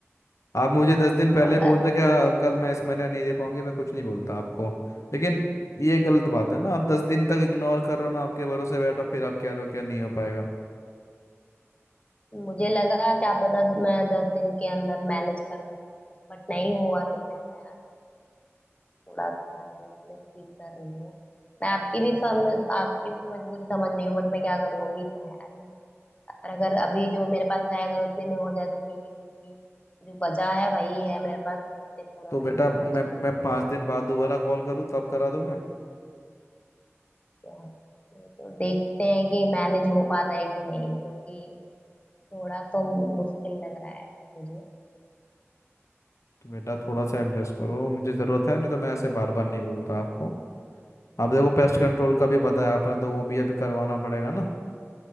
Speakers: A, on the left; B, on the left.
A: आप मुझे दस दिन पहले
B: तो अगर
A: बोलते क्या अंकल मैं इस महीने नहीं दे पाऊंगी मैं कुछ नहीं बोलता आपको लेकिन ये गलत बात है ना आप दस दिन तक इग्नोर कर रहे हो मैं आपके भरोसे बैठा फिर आप कह रहे हो क्या नहीं हो पाएगा
B: मुझे लगा क्या पता मैं दस दिन के अंदर मैनेज कर लूँ बट नहीं हुआ तो फिर मैं थोड़ा सा हेल्पलेस फील कर रही हूँ मैं आपकी भी समझ आपकी भी मजबूरी समझ रही हूँ बट मैं क्या करूँ अभी तो है नहीं। और अगर अभी जो मेरे पास है अगर उतने में हो जाए तो ठीक है क्योंकि जो बचा है वही है मेरे पास जिससे पूरा
A: तो बेटा
B: महीना मेरा
A: मैं
B: चलेगा
A: मैं पाँच दिन बाद दोबारा कॉल करूँ तब करा दोगे
B: तो तो देखते हैं कि मैनेज हो पाता है कि नहीं क्योंकि थोड़ा तो मुश्किल लग रहा है मुझे
A: तो बेटा थोड़ा सा एडजस्ट करो मुझे ज़रूरत है नहीं तो मैं ऐसे बार बार नहीं बोलता आपको आप देखो पेस्ट कंट्रोल का भी बताया आपने तो वो भी अभी करवाना पड़ेगा ना